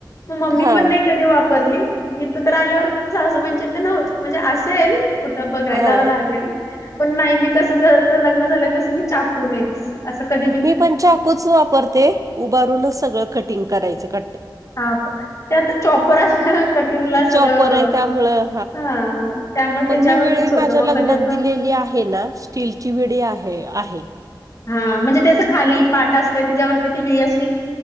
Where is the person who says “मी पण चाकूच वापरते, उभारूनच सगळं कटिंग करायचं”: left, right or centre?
Right